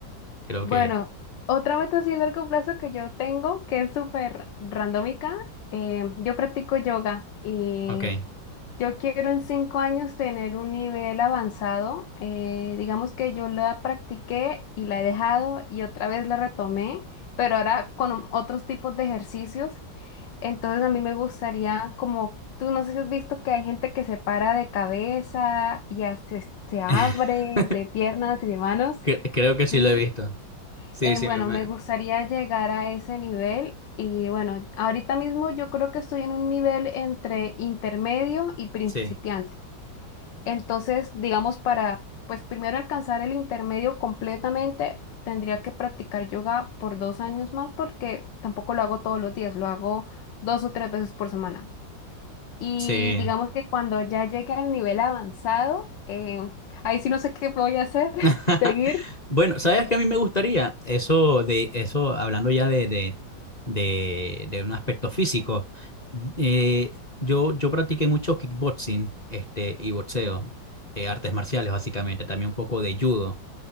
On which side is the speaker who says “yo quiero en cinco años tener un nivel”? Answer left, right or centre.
Left